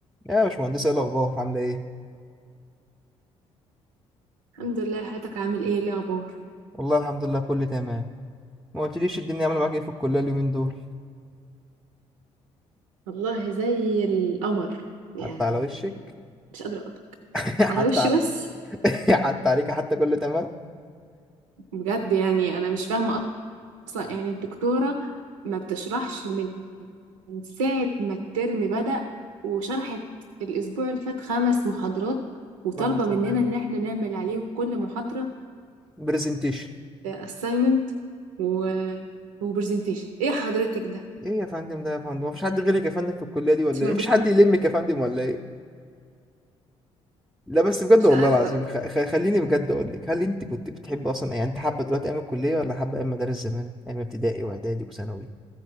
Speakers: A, in the centre; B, on the right.
A: يا باشمهندس ايه الاخبار عامله ايه
B: الحمد لله حياتك عامل ايه إيه الاخبار
A: والله الحمد لله كله تمام ما قلتليش الدنيا عامله معاك ايه في الكليه اليومين دول
B: والله زي القمر يعني
A: حتى على وشك
B: مش قادرة أقول
A: <laughs>
B: على
A: حتى
B: وشي
A: على
B: بس
A: <laughs> حتى عليك حتى كله تمام
B: بجد يعني انا مش فاهمه اصلا يعني الدكتوره ما بتشرحش من ساعه ما الترم بدأ وشرحت الاسبوع اللي فات خمس محاضرات وطالبه
A: اللهم صل
B: مننا
A: على النبي
B: ان احنا نعمل عليهم كل محاضره
A: برزنتيشن
B: assignment و وبرزنتيشن ايه حضرتك ده
A: ايه يا فندم ده يا فندم مفيش حد غيرك يا فندم في الكليه دي ولا
B: انت مجنونه
A: ايه مفيش حد يلمك يا فندم ولا ايه لا بس بجد
B: مش
A: والله
B: عارفه
A: العظيم خ... خ... خليني بجد اقول لك هل انت كنت بتحب اصلا يعني انت حابه دلوقتي ايام الكليه ولا حابه ايام مدارس زمان ايام ابتدائي واعدادي وثانوي